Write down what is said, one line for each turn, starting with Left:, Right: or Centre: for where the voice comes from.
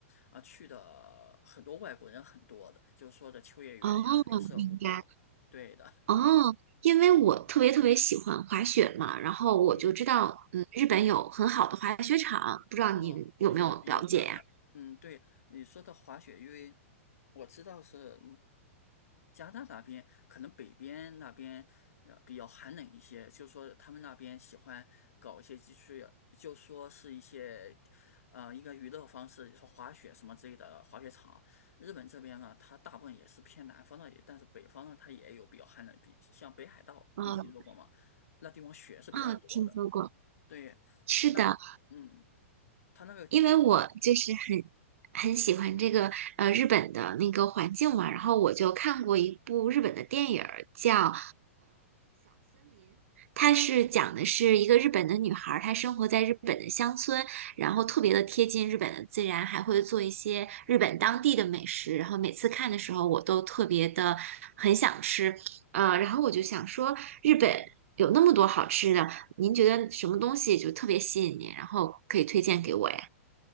Left: 啊、去的很多外国人很多的，就是说的秋叶原呀，
Right: 哦，
Left: 还有涩谷，
Right: 明白。
Left: 对的，
Right: 哦，因为我特别特别喜欢滑雪嘛，然后我就知道，
Left: 嗯，
Right: 嗯，日本有很好的滑雪场，不知道您有没有了解呀？
Left: 哦，有有的，呃嗯，对你说的滑雪，因为我知道是。加拿大那边可能北边那边呃比较寒冷一些，就说他们那边喜欢搞一些就是就说是一些呃一个娱乐方式，就是滑雪什么之类的滑雪场。日本这边呢，它大部分也是偏南方的，但是北方呢，它也有比较寒冷，比像北海道地区如果嘛，
Right: 嗯，
Left: 那地方雪是比较多的。
Right: 啊，听说过。
Left: 对，
Right: 是的，
Left: 它那嗯，它那个地方。
Right: 因为我就是很很喜欢这个呃日本的那个环境嘛，然后我就看过一部日本的电影儿叫它是讲的是一个日本的女孩儿，她生活在日本的乡村，然后特别的贴近日本的自然，还会做一些日本当地的美食。然后每次看的时候，我都特别的很想吃，呃，然后我就想说，日本有那么多好吃的，您觉得什么东西就特别吸引您，然后可以推荐给我呀？